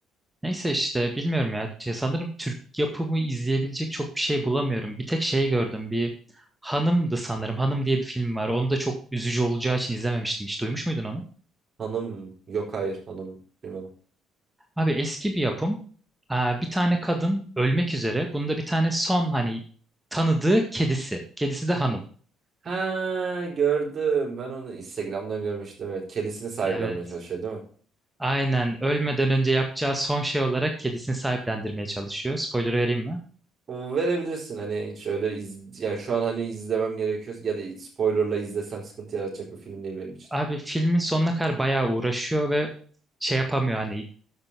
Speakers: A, in the centre; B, on the right.
A: Neyse işte bilmiyorum ya. Ya Sanırım Türk yapımı izleyebilecek çok bir şey bulamıyorum. Bir tek şey gördüm. Bir Hanım'dı sanırım. Hanım diye bir film var. Onu da çok üzücü olacağı için izlememiştim. Hiç duymuş muydun onu?
B: Hanım yok hayır hanım duymadım.
A: Abi eski bir yapım. Aa, bir tane kadın ölmek üzere. Bunda bir tane son hani tanıdığı kedisi. Kedisi de hanım.
B: Ha gördüm. Ben onu Instagram'dan görmüştüm evet. Kedisini sahiplenmeye
A: Evet.
B: çalışıyor değil mi?
A: Aynen. Ölmeden önce yapacağı son şey olarak kedisini sahiplendirmeye çalışıyor. Spoiler vereyim mi?
B: O verebilirsin hani hiç öyle iz, yani şu an hani izlemem gerekiyor ya da spoilerla izlesem sıkıntı yaratacak bir film değil benim için.
A: Abi filmin sonuna kadar bayağı uğraşıyor ve şey yapamıyor hani